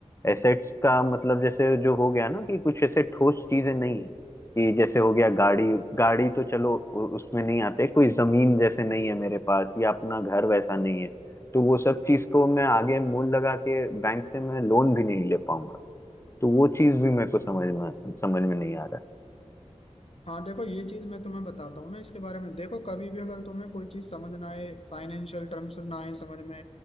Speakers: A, on the left; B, on the left.
A: एसेट्स का मतलब जैसे जो हो गया ना कि कुछ ऐसे ठोस चीजें नहीं है कि जैसे हो गया गाड़ी गाड़ी तो चलो उ- उसमें नहीं आते कोई जमीन जैसे नहीं है मेरे पास या अपना घर वैसा नहीं है तो वो सब चीज को मैं आगे मूल लगा के बैंक से मैं लोन भी नहीं ले पाऊंगा तो वो चीज भी मेरे को समझ में समझ में नहीं आ
B: हाँ देखो ये चीज मैं तुम्हें बताता हूँ ना इसके बारे में देखो कभी भी अगर तुम्हें कोई चीज समझ ना आए फाइनेंशियल टर्म्स ना आए समझ में